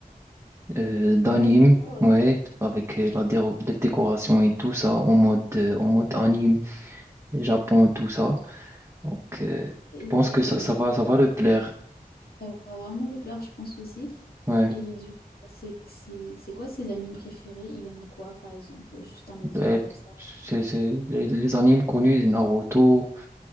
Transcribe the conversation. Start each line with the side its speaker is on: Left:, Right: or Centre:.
Right: euh, d'anime,
Left: Ouais, c'est ça, ouais.
Right: ouais, avec euh, la, déro- la décoration et tout ça, en mode, euh, en mode anime, Japon et tout ça. Donc, euh,
Left: Et
Right: je pense que ça, ça va, ça va le plaire.
Left: Ça va vraiment lui plaire, je pense aussi.
Right: Ouais.
Left: Et du coup, c'est c'est- c'est quoi ses animes préférés? Il aime quoi, par exemple? Juste un exemple
Right: Ouais.
Left: comme ça.
Right: C'est, c'est les, les animes connus, Naruto,